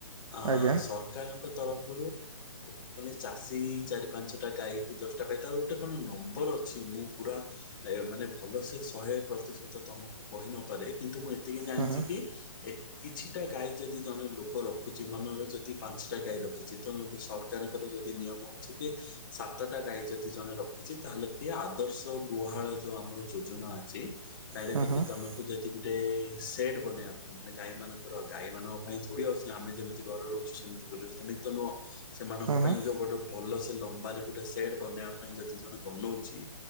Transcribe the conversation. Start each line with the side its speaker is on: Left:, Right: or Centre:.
Left: ଆ
Right: ଆଜ୍ଞା
Left: ସରକାରଙ୍କ ତରଫରୁ ମାନେ ଚାଷୀ ଚାରି ପାଞ୍ଚଟା ଗାଈ କି ଦଶଟା ଗାଈ ତାର ଗୋଟେ କଣ ନମ୍ବର ଅଛି ମୁଁ ପୁରା ସି ଏମାନେ ଭଲ ସେ ଶହେ ପ୍ରତିଶତ ତମକୁ କହିନପାରେ କିନ୍ତୁ ମୁଁ ଏତିକି ଜାଣିଚିକି
Right: ହୁଁ ହୁଁ
Left: ଏ କିଛିଟା ଗାଈ ଯଦି ଜଣେ ଲୋକ ରଖୁଚି ମନରେ ଯଦି ପାଞ୍ଚଟା ଗାଈ ରଖିଛି ତମକୁ ସ ତେଣୁ କରି ଯଦି ନିୟମ ଅଛିକି ସାତଟା ଗାଈ ଯଦି ଜଣେ ରଖିଛି ତାହେଲେ ସିଏ ଆଦର୍ଶ ଗୁହାଳ ଯୋଉ ଆମର ଯୋଜନା ଅଛି ଡାଇରେକ୍ଟ
Right: ହୁଁ
Left: ଦେଖେ
Right: ହୁଁ
Left: ତମକୁ ଜଦି ଗୁଟେ ସେଟ୍ ବନେଇବା ପାଇଁ ମାନେ ଗାଈ ମାନଙ୍କର ଗାଈ ମାନଙ୍କ ପାଇଁ ଥୋଡି ଆଉ ସେ ଆମେ ଯେମିତି ଘରେ ରହୁଚୁ ସେମିତି ପରିବେଶ ସେମିତି ତ ନୁହଁ। ସେମାନଙ୍କ
Right: ହୁଁ
Left: ପାଇଁ ଯୋଉ ଗୋଟେ ଭଲ ସେ ଲମ୍ବାରେ ଗୋଟେ ସେଟ୍ ବନେଇବା ପାଇଁ ଯେଦି ଜଣେ ବନଉଚି